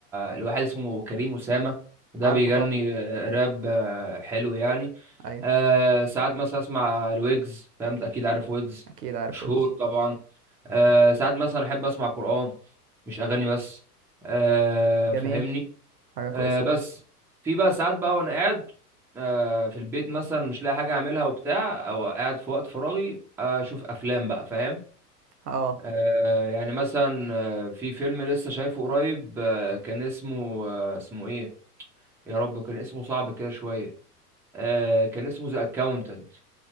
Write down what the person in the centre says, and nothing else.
آه، لواحد اسمه كريم أسامة ده
بيغني
آه، راب آه، حلو يعني
آه، ساعات مثلا اسمع الويجز فهمت اكيد عارف ويجز
مشهور
طبعا آه، ساعات مثلا احب اسمع قرآن مش اغاني بس آه،
فاهمني
آه بس
في بقى ساعات بقى وانا قاعد آه في البيت مثلا مش لاقي حاجه اعملها وبتاع او قاعد في وقت فراغي آه، اشوف افلام بقى فاهم
آه يعني مثلا آه، في فيلم لسه شايفه قريب آه كان اسمه آه اسمه ايه يا رب كان اسمه صعب كده شويه آه كان اسمه ذا اكاونتنت